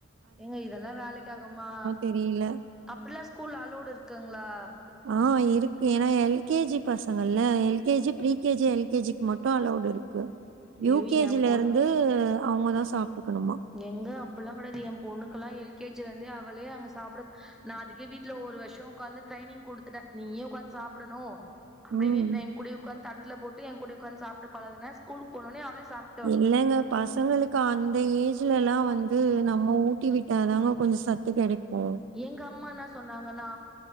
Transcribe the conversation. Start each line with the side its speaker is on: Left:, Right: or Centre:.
Centre: ஏங்க இதெல்லா வேலைக்காகுமா
Right: தெரியல.
Centre: அப்டிலா ஸ்கூல்ல அலோடு இருக்குங்ளா
Right: ஆ இருக்கு ஏன்னா எல் கே ஜி பசங்கள்ல்ல L K G pre K G L K G க்கு மட்டு அலோடுஇருக் கு யூ
Centre: ஐயோ
Right: கே
Centre: ஏ
Right: ஜி லருந்து
Centre: பொண்ணு
Right: அவுங்கதா சாப்ட்டுக்கணுமா
Centre: எங்க அப்பல்லா கடயாது எம் பொண்ணுக்கெல்லா எல் கே ஜி ல இருந்து அவளே அங்க சாப்ட நா அதுக்கே வீட்ல ஒரு வருஷோ உக்காந்து ட்ரைனிங் குடுத்துட்டே நீயே உக்காந்து சாப்டணு அப்டின்
Right: ம்.
Centre: எ என் கூடையே உட்காந்து தட்ல போட்டு எங்கூடயே உக்காந்து சாப்ட்டு பழகுன ஸ்கூல்க் போனோனே அவளே சாப்
Right: இல்லங்க பசங்களுக் க்கு அந்த ஏஜ்லல்லா வந்து நம்ம ஊட்டி விட்டாதாங்க கொஞ்சோ சத்து கெடைக்கூ
Centre: எங்க அம்மா என்னா சொன்னாங்கன்னா